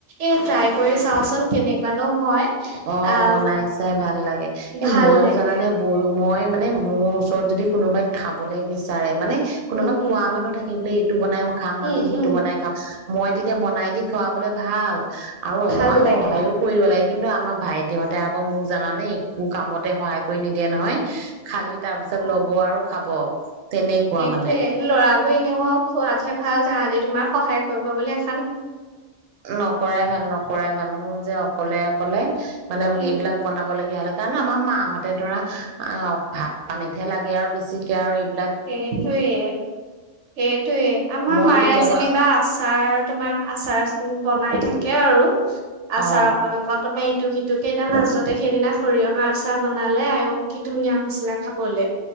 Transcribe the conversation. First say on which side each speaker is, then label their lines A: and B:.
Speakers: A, on the right; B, on the right.
A: এই ট্ৰাই কৰি চাওচোন কেনেকুৱানো হয়
B: অ
A: আহ
B: বনাই চাই ভাল লাগে এ
A: ভাল
B: মইয়ো
A: লাগে
B: জানানে বৰ মই মানে মোৰ ওচৰত যদি কোনোবাই খাবলে বিচাৰে মানে কোনোবা
A: উম উম
B: খোৱা মানুহ থাকিবলৈ। সটো বনাই খাম
A: উম,
B: আজি সিটো
A: উম,
B: বনাই খাম। মই তেতিয়া বনাই দি খুৱাবলে ভাল আৰু অকমান
A: ভাল লাগে।
B: সহায়ও কৰিব লাগে আমাৰ ভাই তহঁতে আকৌ মোক জানে একো কামতে সহায় কৰি নিদিয়ে নহয়। খালি তাৰ পিছত ল'ব আৰু খাব তেনেকুৱা
A: এইটোৱে
B: মানে
A: ল'ৰা নিওঁ আে ভাল গাহতে তোমাক সহায় কৰিব বুলি আহিলো
B: নকৰাই ভাল নকৰাই ভাল ম যে অকলে অকলে মানে
A: উম,
B: এইবিলাক বনাব লগগীয়া হ'লে কাৰণ আমাৰ মাহঁত তাতে ধৰা ভাত আ পানীতহে লাগে আৰু বেছিকে আৰু এই
A: সেইটয়ে সেইটোয়ে আমাৰ
B: মই
A: মায়ে
B: কেতিয়াবা
A: যেনিবা আচাৰ তোমাৰ আচাৰ বনাই থাকে আৰু আছা
B: অ
A: অকন অকন তুমি স সিটোক কেইটাৰ মাজতে সেইদিনা সৰিয়হা আচাৰ বনালে আও কি ধুনীয়া হৈছিলে খাবলৈ